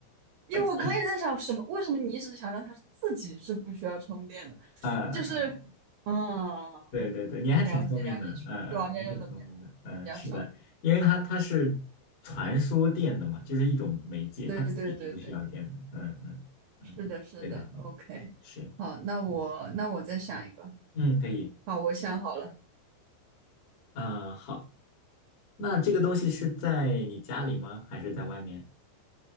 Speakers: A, on the right (about 75°); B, on the left (about 55°).
A: 因为我可以在想什么，
B: 嗯
A: 为什么你一直强调他自己是不需要充电的？
B: 嗯，
A: 就是，
B: 嗯
A: 嗯，
B: 对对对，你还挺聪明的，
A: 了解了解，确实老年用的比较
B: 嗯嗯，你挺聪明的，嗯，
A: 比较少。
B: 是的，因为它它是传输电的嘛，就是一种媒介，
A: 对对对对，
B: 它自己是不需要电的。嗯嗯嗯，
A: 是的，是的，OK。
B: 对对对，是，
A: 好，那我那我再想一个。
B: 嗯嗯，可以。
A: 好，我想好了，
B: 啊，好，那这个东西是在你家里吗？还是在外面？